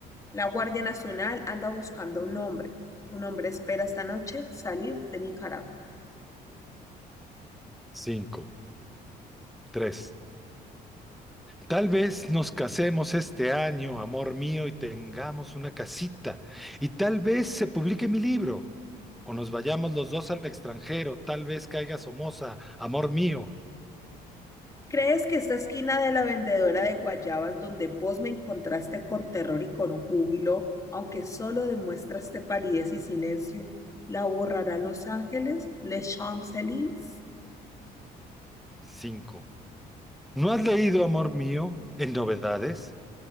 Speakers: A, on the left (about 20°); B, in the centre.
A: La Guardia Nacional anda buscando un hombre. Un hombre espera esta noche salir de Nicaragua.
B: 5, 3, Tal vez nos casemos este año, amor mío, y tengamos una casita. Y tal vez se publique mi libro. O nos vayamos los dos al extranjero. Tal vez caiga Somoza, amor mío.
A: ¿Crees que esta esquina de la vendedora de guayabas donde vos me encontraste con terror y con júbilo, aunque solo demuestraste palidez y silencio, la borrarán los ángeles, les Champs-Élysées?
B: 5. ¿No has leído, amor mío, en novedades?